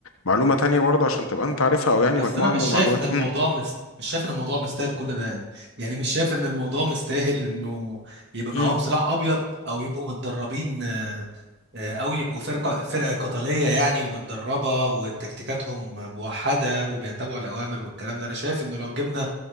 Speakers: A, on the left (about 70°); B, on the right (about 50°).
A: معلومة تانية برضه عشان تبقى أنت عارفها أو يعني
B: بس
A: مجموعة
B: انا مش
A: من المعلومات
B: شايف ان الموضوع
A: مم.
B: مس... مش شايف ان الموضوع مستاهل كل ده يعني يعني مش شايف ان الموضوع مستاهل انه يبقى معاهم
A: مم.
B: سلاح ابيض او يبقوا متدربين آه، او يبقوا فرقه فرقه قتاليه يعني ومتدربه وتكتيكاتهم موحده وبيتبعوا الاوامر والكلام ده انا شايف انه لو جبنا